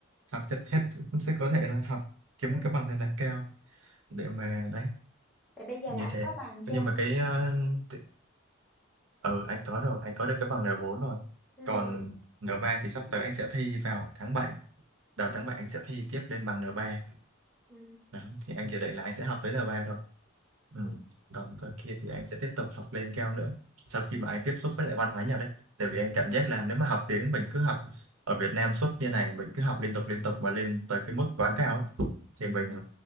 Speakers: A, on the right; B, in the centre.
A: học tất hết sẽ có thể là học kiếm
B: Ừ.
A: một cái bằng thật là cao để mà đấy
B: Vậy bây giờ
A: như
B: là anh
A: thế
B: có bằng chưa
A: nhưng
B: anh?
A: mà cái ờ, t- ừ anh có rồi anh có được cái bằng N4 rồi
B: Ừ.
A: còn N3 thì sắp tới anh sẽ thi vào tháng bảy đầu
B: Ừ.
A: tháng 7 anh sẽ thi tiếp lên bằng N3
B: Ừ.
A: đó, thì anh dự định là anh sẽ học tới N3 thôi ừ.
B: Ừ.
A: còn còn kia thì anh sẽ tiếp tục học lên cao nữa sau khi mà anh tiếp xúc với lại văn hóa Nhật đấy tại vì anh cảm giác là nếu mà học tiếng mình cứ học ở Việt Nam suốt như này mình cứ học liên tục liên tục mà lên tới cái mức quá cao ấy, thì mình